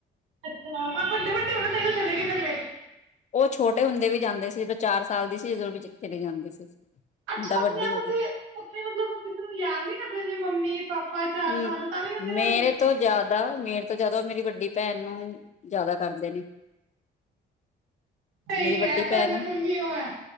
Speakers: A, on the right (about 85°); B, on the left (about 35°).
A: ਅੱਛਾ, ਵੱਡੇ -ਵੱਡੇ ਹੋਣੇ ਤਓ ਚਲੇੇ ਗਏ ਕਲੇ
B: ਉਹ ਛੋਟੇ ਹੁੰਦੇ ਵੀ ਜਾਂਦੇ ਸੀ, ਚਾਰ ਸਾਲ ਦੀ ਸੀ ਜਦੋਂ ਵੀਥੇ ਜਾਂਦੇ ਸੀ
A: ਅੱਛਾ,
B: ਤਾਂ ਵੱਡੀ
A: ਆਪਣੇ ਆਪ
B: ਹੋ
A: ਉੱਥੇ, ਉੱਥੇ ਮਤਲਬ ਕਿਸੇ ਨੂੰ ਯਾਦ ਨੀ ਕਰਦੇ ਜ ਮੰਮੀ
B: ਹਮ
A: ਪਾਪਾ ਚਾਰ ਸਾਲ ਤਾਂ ਵੀ ਉੱਥੇ ਰਹਿ
B: ਮੇਰੇ
A: ਲੈਂਦੇ ਸੀ
B: ਤੋਂ ਜ਼ਿਆਦਾ ਮੇ ਤੋਂ ਜਦ ਉਹ ਮੇਰੀ ਵੱਡੀ ਭੈਣ ਨੂੰ ਜਿਆਦਾ ਕਰਦੇ ਨੇ
A: ਸਹੀ
B: ਮੇਰੀ ਵੱਡੀ
A: ਹੈ
B: ਭੈਣ,
A: ਪਹਿਲੇ ਮੰਮੀ ਉਹ ਹੈ